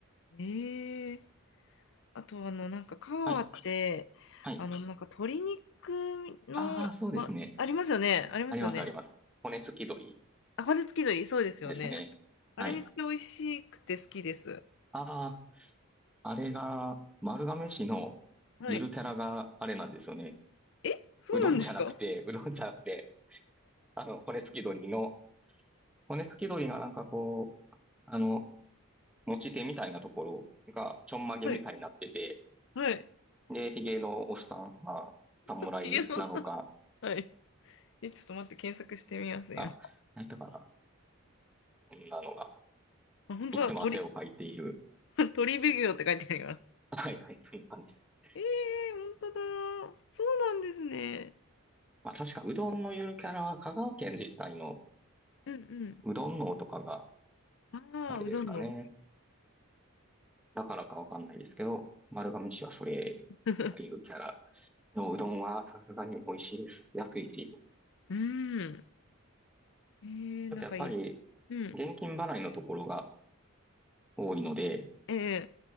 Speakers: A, on the left; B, in the centre.
A: ええ、あと、あの、なんか、カワって、
B: はい、はい。
A: あの、なんか、鶏肉の、
B: ああ、そうですね。
A: ま、ありますよね。ありますよね。
B: あります、あります。骨付き鶏
A: あ、骨付き鳥そうですよね。
B: ですね。
A: あれめっちゃ美味しくて好きです。
B: はい。ああ、あれが、丸亀市のゆるキャラがあれなんですよね。
A: はい。え、そうなんですか
B: うどんじゃなくて、うどんじゃなくて、あの、骨付き鶏の、骨付き鶏がなんかこう、あの、持ち手みたいなところがちょんまげみたいになってて、
A: はい。はい。
B: で、ヒゲのおっさん、まあ、侍なのか、
A: ひげのさん。はい。え、ちょっと待って、検索してみます、
B: あ、
A: 今。
B: 何やったかな。こんなのが、
A: あ、本当だ、
B: いつも汗をかいている。
A: 鳥、<laughs> 鳥ビュって書いてあります。
B: <laughs> はいはい、そんな感じです。
A: えー、本当だ。そうなんですね。
B: まあ確か、うどんのゆるキャラは香川県自体の
A: うん
B: うどんのとかが、
A: うん。ああ、
B: あれですかね。
A: うどんの。
B: だからかわかんないですけど、丸亀市はそれ、
A: <laughs>
B: ゆるキャラのうどんはさすがに美味しいです。安いし。ち
A: うん。えー、なんかいい。
B: ょっとやっぱり、
A: うん。
B: 現金払いのところが多いので、
A: ええ